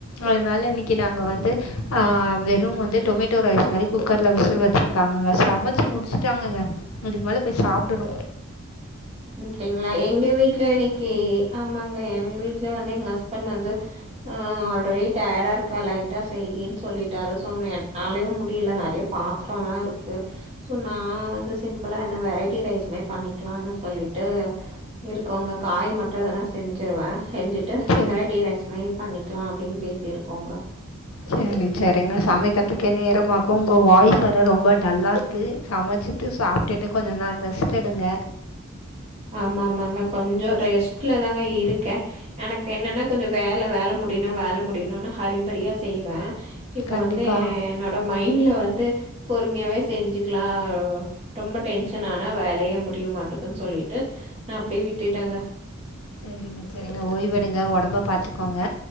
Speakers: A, on the left; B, on the right.
A: அதுனால இன்னிக்கு நாங்க வந்து ஆ வெறு வந்து டொமேட்டோ ரைஸ் மாரி குக்கர்ல விசில் வச்சிரு காங்கங்க சமச்சி முடிச்சிட்டாங்கங்க இதுக்கு மேல போய் சாப்டணு
B: அப்டிங்களா எங்க வீட்டு்ல இன்னிக்கு ஆமாங்க எங்க வீட்லயு வந்து எங்க ஹஸ்பண்ட் வந்து ஆ ஆல்ரெடி டயடா இருக்க லைட்டா செய்யுன்னு சொல்லிட்டாரு ஸோ என்னாலயு முடியில நெறையா பாத்ரொலா இருக்கு ஸோ நா வந்து சிம்பிளா என்ன வெரைட்டி ரைஸ் மேரி பண்ணிக்லான்னு சொல்லிட்டு இருக்கோங்க காய் மட்டு எதனா செஞ்சிருவ செஞ்சுட்டு
A: சரி
B: வெரைட்டி ரைஸ் மெய் பண்ணிக்லா அப்டின் பேசியிருக்கோங்க
A: சேரி செரிங்க சமைக்கர்த்துக்கே நேரமாகு உங்க வாய்ஸ் வேர ரொம்ப டல்லார் க்கு சமச்சிட்டு சாப்ட்டுட்டு கொஞ்ச நேர் ரெஸ்ட்டெடுங்க
B: ஆமா மாங்க கொஞ்சோ ரெஸ்ட்லதாங்க இருக்கே எனக்கு என்னனா கொஞ்சோ வேல வேல முடியுனு வேலம் முடியுணுனு ஹரிபரியா செய்வே இப்ப
A: கண்டிப்பாக
B: வந்து எ என்னோட மைண்ட்ல வந்து பொறுமியாவே செஞ்சுக்லா ரொம்ப டென்ஷன் ஆனா வேலையே முடிய மாட்டுக் சொல்லிட்டு நா அப்டியே விட்டுட்டேங்க
A: செரிங்க செரிங்க ஓய்வெடுங்க ஒடம்ப பாத்துகோங்க